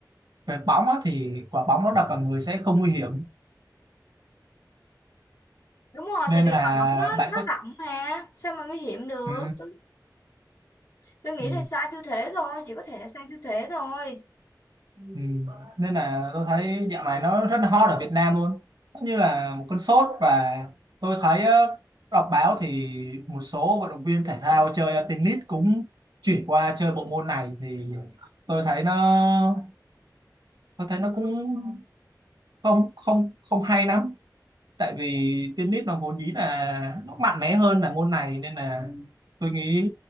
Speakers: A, on the right; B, on the left.
A: về bóng á, thì quả bóng nó đập vào người sẽ không nguy hiểm
B: Đúng rồi,
A: nên
B: tại vì
A: là
B: cờ bóng nó
A: bạn
B: nó
A: có
B: rộng mà, sao mà nguy hiểm được?
A: ừ,
B: Tôi, tôi nghĩ
A: ừ.
B: là sai tư thế thôi, chỉ có thể là sai tư thế thôi.
A: Ừ. Nên là tôi thấy dạo này nó rất là hot ở Việt Nam luôn nó như là một cơn sốt và tôi thấy ờ, đọc báo thì một số vận động viên thể thao chơi tennis cũng chuyển qua chơi bộ môn này thì tôi thấy nó tôi thấy nó cũng không không không hay lắm tại vì tennis nó vốn dĩ là nó mạnh mẽ hơn là môn này nên là tôi nghĩ